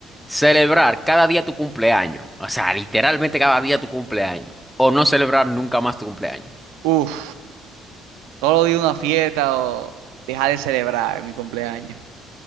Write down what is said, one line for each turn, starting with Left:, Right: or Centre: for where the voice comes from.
Centre: Celebrar cada día tu cumpleaños, o sea, literalmente cada día tu cumpleaños, o no celebrar nunca más tu cumpleaños.
Right: Uf, solo di una fiesta o dejar de celebrar mi cumpleaños.